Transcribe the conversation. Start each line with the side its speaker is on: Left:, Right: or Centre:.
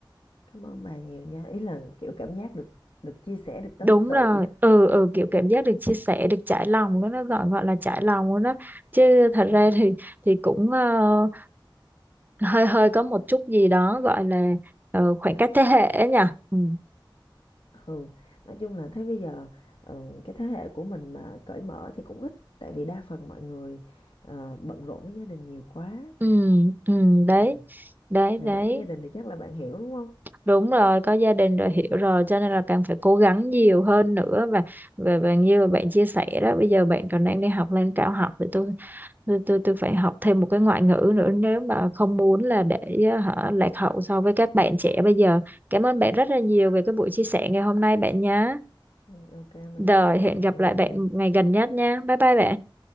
Left: cảm ơn bà nhiều nha ý là kiểu cảm giác được được chia sẻ được tâm
Right: đúng
Left: sự
Right: rồi ừ ừ kiểu cảm giác được chia sẻ được trải lòng đó nó gọi gọi là trải lòng luôn đó chứ thật
Left: ừ
Right: ra thì thì cũng ờ, hơi hơi có một chút gì đó gọi là ờ, khoảng cách thế hệ ấy nhỉ ừ.
Left: Ừ, nói chung là thấy bây giờ ờ, cái thế hệ của mình mà cởi mở thì cũng ít tại vì đa phần mọi người ờ, bận rộn với gia đình nhiều quá
Right: Ừ, ừ, đấy,
Left: ừ.
Right: đấy,
Left: thì
Right: đấy,
Left: bạn có gia đình thì chắc là bạn hiểu đúng không
Right: đúng rồi, có gia đình rồi hiểu rồi, cho nên là càng phải cố gắng nhiều hơn nữa và và và như mà bạn chia sẻ đó, bây giờ bạn còn đang đi học lên cao học thì tôi tôi tôi tôi phải học thêm một cái ngoại ngữ nữa nếu mà không muốn là để ờ, hả lạc hậu so với các bạn trẻ bây giờ cảm ơn bạn rất là nhiều về cái buổi chia sẻ ngày hôm nay bạn nhé
Left: ừ, ok mình
Right: rồi
Left: cũng cảm
Right: hẹn
Left: ơn bạn
Right: gặp lại
Left: nhiều
Right: bạn ngày gần nhất nha bye bye bạn